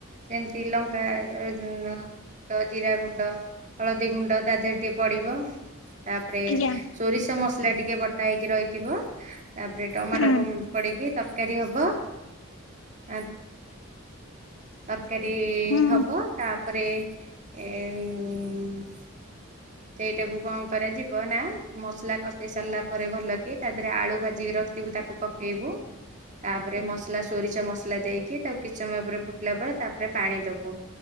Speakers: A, on the right; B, on the left.
A: ଯେମତି ଲଙ୍କା ଏ ଅଁ ତ ଜିରା ଗୁଣ୍ଡ, ହଳଦୀ ଗୁଣ୍ଡ ତା ଦେହରେ ଟିକେ ପଡିବ। ତାପରେ
B: ଆଜ୍ଞା।
A: ସୋରିଷ ମସଲା ଟିକେ ବଟାହେଇକି ରହିଥିବ। ତାପରେ ଟମାଟୋ
B: ହୁଁ
A: ପଁ ପଡ଼େଇକି ତରକାରୀ ହବ ଆଁ ତରକାରୀ
B: ହୁଁ।
A: ହବ ତାପରେ ଏ ଉଁ ସେଇଟାକୁ କଣ କରାଯିବ ନା ମସଲା କଷେଇ ସାରିଲା ପରେ ଭଲ କି ତା ଦେହରେ ଆଳୁ ଭାଜିକି ରଖି ଯିବୁ ତାକୁ ପକେଇବୁ ତାପରେ ମସଲା ସୋରିଷ ମସଲା ଦେଇକି ତାକୁ କିଛି ସମୟ ପରେରେ ଫୁଟିଲା ପରେ ତାପରେ ପାଣି ଦବୁ।